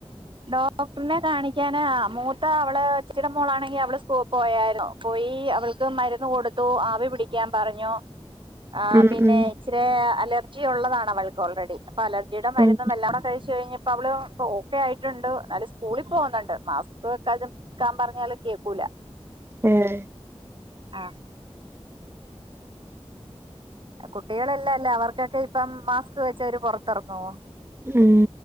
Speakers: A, on the right; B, on the right.
A: ഡോക്ടർനെ കാണിക്കാന് മൂത്ത അവള് ചേച്ചിടെ മോളാണെങ്കി അവള് സ്കൂ പോയാരുന്നു പോയി അവൾക്ക് മരുന്ന് കൊടുത്തു ആവി പിടിക്കാൻ പറഞ്ഞു ആഹ്
B: ഉം
A: പിന്നെ
B: ഉം
A: ഇച്ചിരെ അലർജി ഉള്ളതാണവൾക്ക് ഓൾറെഡി അപ്പലർജിയുടെ മരുന്നെല്ലാകൂ
B: ഉം
A: കഴ്ചയ്ഞ്ഞപ്പവള് പ്പൊഓക്കെ ആയ് ട്ട്ണ്ട് ന്നാലു സ്കൂളി പോന്ന്ണ്ട് മാസ്ക്ക് വെക്കാൻ ചിലപ്പോ പറഞ്ഞാല് കേക്കൂല
B: ഏഹ്
A: ആഹ് കുട്ടികളല്ലല്ലേ അവർക്കൊക്കിപ്പം മാസ്ക് വെച്ചവര് പൊറത്തറങ്‌വോ
B: ഉം